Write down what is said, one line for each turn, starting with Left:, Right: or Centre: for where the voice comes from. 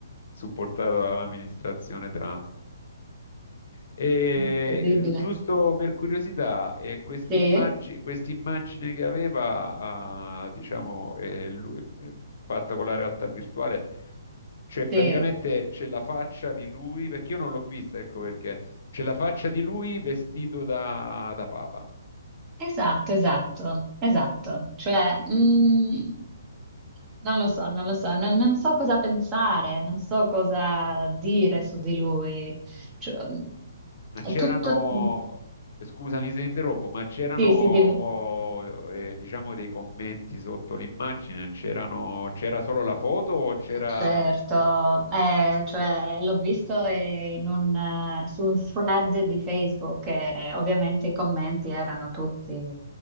Left: supportato dall'amministrazione Trump. E
Right: Incredibile.
Left: giusto per curiosità, eh, quest'immagine
Right: Sì,
Left: quest'immagine che aveva, ah, diciamo, eh, lui- eh, fatta con la realtà virtuale, cioè praticamente
Right: sì,
Left: c'è la faccia di lui, perché io non l'ho vista, ecco perché, c'è la faccia di lui vestito da, da papa,
Right: esatto, esatto, esatto. Cioè, mm, Non lo so, non lo so, non, non so cosa pensare, non so cosa dire su di lui. Cioè, mh,
Left: ma
Right: è
Left: c'erano,
Right: tutto...
Left: scusami se interrompo, ma c'erano,
Right: Sì,
Left: oh,
Right: sì, dimmi.
Left: eh, diciamo, dei commenti sotto l'immagine, c'erano, c'era solo la foto o c'era...
Right: Eh, Certo, eh, cioè, l'ho visto eh, in un, eh, su un thread di Facebook e eh, ovviamente i commenti erano tutti